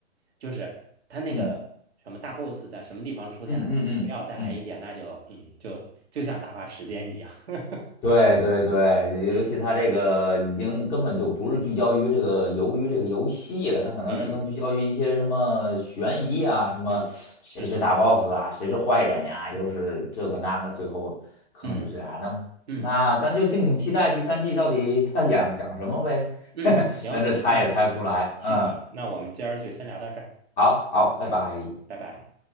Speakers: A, on the right (about 65°); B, on the left (about 25°).
A: 就是他那个什么大
B: 嗯
A: boss 在什么地方出现，
B: 嗯嗯嗯嗯。
A: 然后你非要再来一遍，那就嗯，就就像打发时间一样。<laughs>
B: 对对对，
A: 嗯
B: 尤其他这个已经根本就不是聚焦于这个由于这个游戏了，他可能是更聚焦于一些什么悬疑啊，
A: 嗯
B: 什么谁是大
A: 嗯，是的，
B: boss 啊，谁是坏人呀、又是这个那个，
A: 嗯
B: 最后可能是这样。
A: 嗯
B: 那那咱就敬请期待第三季到底他讲讲什么呗，
A: 嗯嗯，
B: <laughs>
A: 行，
B: 咱这猜也猜不出来。
A: 那是的，
B: 嗯，
A: 那我们今儿就先聊到这儿，
B: 好好，拜拜。
A: 嗯，拜拜。